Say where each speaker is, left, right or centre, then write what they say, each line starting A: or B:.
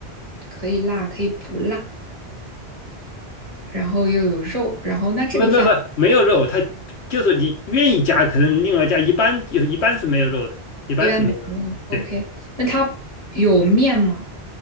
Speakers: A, on the right; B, on the left.
A: 可以辣，可以不辣，然后又有肉，然后那这个饭
B: 没没没没有肉，它就是你愿意加，可能另外加。一般就一般是没有肉的，一般是没有肉的。
A: 一般没有。
B: 对，
A: OK，那它有面吗？